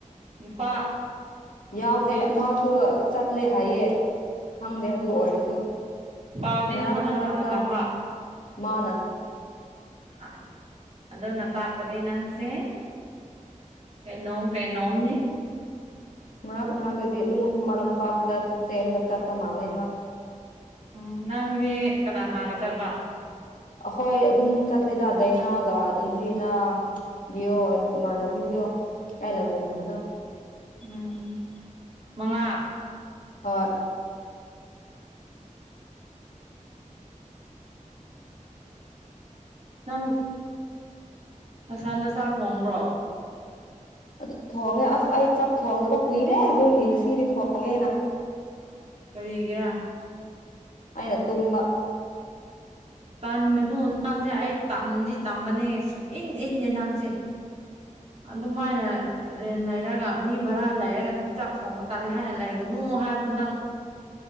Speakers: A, on the right; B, on the left.
A: ꯅꯨꯄꯥ꯫
B: ꯌꯥꯎꯗꯦ ꯃꯥꯁꯨꯨ ꯆꯠꯂꯦ ꯍꯥꯏꯌꯦ꯫ ꯈꯪꯗꯦ ꯑꯗꯨ
A: ꯑꯣ
B: ꯑꯣꯏꯔꯁꯨ
A: ꯄꯥꯎꯗꯤ
B: ꯃꯔꯛ
A: ꯅꯪꯉꯣꯟꯗ
B: ꯃꯔꯛꯇ
A: ꯀꯅꯥꯅ ꯇꯝꯕ
B: ꯃꯥꯅ,
A: ꯍꯥꯏ ꯑꯗꯨꯅ ꯇꯥꯛꯄꯗꯤ ꯅꯪꯁꯦ, ꯀꯩꯅꯣꯝ ꯀꯩꯅꯣꯝꯅꯤ꯫
B: ꯃꯔꯛ ꯃꯔꯛꯇꯗꯤ ꯑꯗꯨꯝ ꯈꯨꯃꯟ ꯂꯝꯄꯛꯇ ꯆꯦꯟꯕ ꯆꯠꯄ ꯃꯥꯜꯂꯦ ꯃꯥ꯫
A: ꯎꯝ ꯅꯪꯗꯤ ꯀꯅꯥ ꯀꯅꯥꯒ ꯆꯠꯄ?
B: ꯑꯈꯣꯏ ꯑꯗꯨꯝ ꯆꯠꯂꯦꯗ ꯗꯩꯅꯒ ꯗꯨꯟꯖꯤꯅ꯫ ꯗꯤꯑꯣꯏ ꯏꯃꯥꯟꯅꯕꯤꯗꯣ ꯑꯥꯏ ꯂꯩꯃꯤꯟꯅꯕꯗꯣ꯫
A: ꯎꯝ ꯎꯝ ꯃꯉꯥ꯫
B: ꯍꯣꯏ꯫
A: ꯅꯪ ꯅꯊꯟꯗ ꯆꯥꯛ ꯈꯣꯡꯕ꯭ꯔꯣ?
B: ꯑꯗꯨꯝ ꯊꯣꯡꯉꯦ ꯑꯁ ꯑꯩ ꯆꯥꯛ ꯊꯣꯡꯗꯕ ꯀꯨꯏꯔꯦ ꯑꯗꯨꯒꯤ ꯉꯁꯤꯗꯤ ꯊꯣꯡꯒꯦꯅ꯫
A: ꯀꯔꯤꯒꯤꯔ?
B: ꯑꯩꯅ ꯇꯨꯝꯕꯥ꯫
A: ꯇꯟꯒꯅꯨ ꯅꯪꯖꯦ ꯑꯩ ꯇꯝꯗꯤ ꯇꯝꯕꯅꯦ ꯁꯨꯏꯟ ꯏꯟꯗꯦ ꯅꯪꯁꯦ꯫ ꯑꯗꯨꯃꯥꯏꯅ ꯔꯦꯟ ꯂꯩꯔꯒ ꯃꯤ ꯚꯔꯥ ꯂꯩꯔꯒ ꯑꯗꯨꯝ ꯆꯥꯛ ꯊꯣꯡꯕ ꯇꯥꯜꯂꯦ ꯍꯥꯏꯅ ꯂꯩ ꯒꯅꯨ ꯍꯥꯏꯕꯗꯣ ꯅꯪ